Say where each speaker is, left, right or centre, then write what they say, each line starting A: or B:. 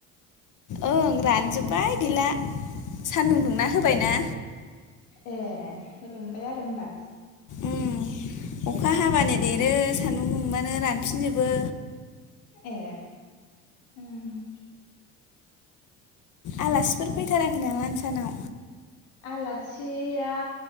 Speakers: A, on the left (about 50°); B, on the left (about 80°).
A: ओं रानजोब्बाय गैला सानदुं दुंना होबायना
B: ए रानबाय आरो होमबा
A: उम अखा हाबानो देरो सान्दुं दुंबानो रानफिनजोबो
B: ए उम
A: आलासिफोर फैथाराखै नामा नोंसानाव
B: आलासिया